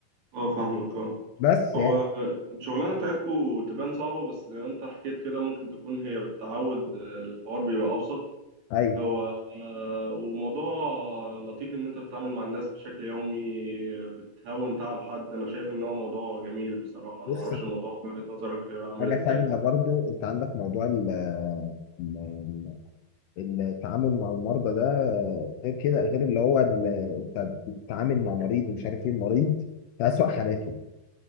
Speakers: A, on the right; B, on the left.
A: اه فاهمك اه
B: بس يعني
A: هو آه، الشغلانة بتاعتكو تبان صعبة بس زي ما انت حكيت كده ممكن تكون هي بالتعود آه، الحوار بيبقى ابسط
B: ايوه
A: هو آه، وموضوع لطيف ان انت بتتعامل مع الناس بشكل يومي بتهون تعب حد انا شايف ان هو موضوع جميل بصراحة انا
B: بص
A: ما اعرفش الموضوع من وجهة نظرك هيبقى عامل
B: حاجه
A: ازاي
B: تانية برضو انت عندك موضوع ال التعامل مع المرضى ده غير كده غير اللي هو ال- انت بتتعامل مع مريض ومش عارف ايه المريض في أسوأ حالاته